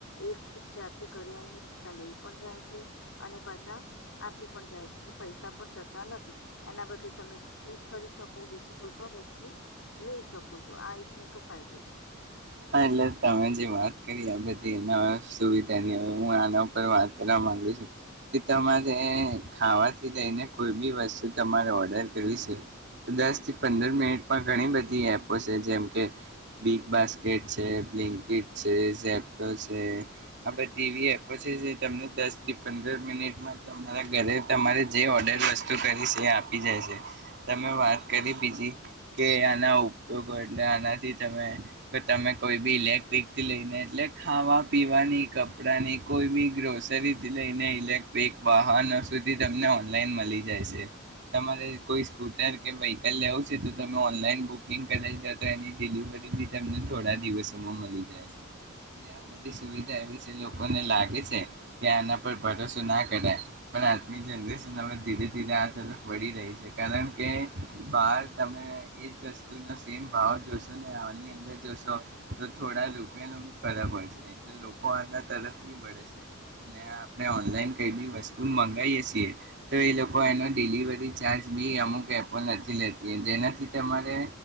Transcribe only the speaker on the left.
એક ખુદ જાતે ઘરે આવીઈને પૈસા લઈ પણ જાય છે અને પાછા આપી પણ જાય છે અને પૈસા પણ જતા નથી એના બદલે તમે ચૂઝ કરી શકો બીજી કોઈ પણ વસ્તુ લઈ શકો છો આ એક મોટો ફાયદો છે